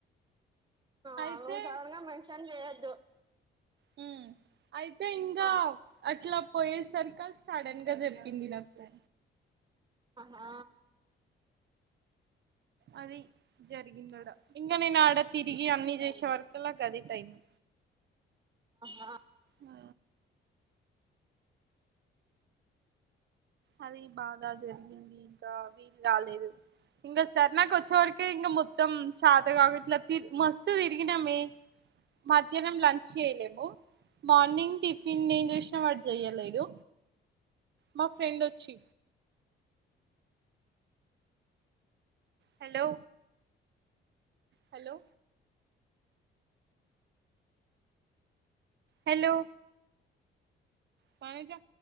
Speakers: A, on the right (about 20°); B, on the right (about 60°).
A: ఆ
B: అయితే
A: నువ్ సడన్ గా మెన్షన్ చేయొద్దు
B: హు అయితే ఇంకా
A: ఆ
B: అట్లా పోయి సరికి సడనంగా జరిగింది నాకు
A: ఆహా
B: అది జరిగింది ఆడ ఇంకా నేను ఆడ తిరిగి అన్ని చేసే వరకులాగ అది టైము
A: ఆహా
B: ఆ అది బాగా జరిగింది ఇంకా వీలు రాలేదు ఇంకా స్వర్ణ అక్క వచ్చేవరకే ఇంకా మొత్తం చతకవట్లే మస్తు తిరిగినమే మధ్యాహ్నం లంచ్ చేయలేము మార్నింగ్ టిఫిన్ ఏం చేసినాం వాడు చేయలేదు మా ఫ్రెండ్ వచ్చి హలో హలో హలో పాయించా